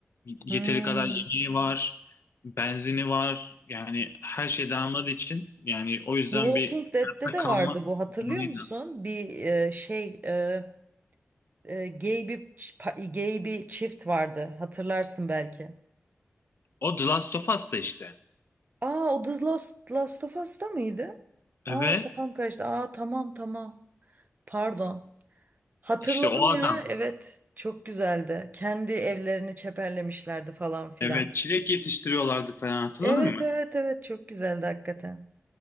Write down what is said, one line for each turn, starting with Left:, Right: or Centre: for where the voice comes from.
Left: Yeteri
Right: Hmm.
Left: kadar yemeği var. Benzini var. Yani her şey damladığı için yani o yüzden
Right: The Walking
Left: bir
Right: Dead'te
Left: hayatta
Right: de
Left: kalma.
Right: vardı bu hatırlıyor
Left: durumuyla.
Right: musun? Bir e, şey e, e, gay bir ç- pa- gay bir çift vardı hatırlarsın belki.
Left: O The Last of Us'ta işte.
Right: Aa o The Last, Last of Us'ta mıydı? Aa
Left: Evet.
Right: kafam karıştı. Aa tamam tamam. Pardon. Hatırladım
Left: İşte o adam.
Right: ya. Evet. Çok güzeldi. Kendi evlerini çeperlemişlerdi falan filan.
Left: Evet, çilek yetiştiriyorlardı falan hatırladın
Right: Evet
Left: mı?
Right: evet evet çok güzeldi hakikaten.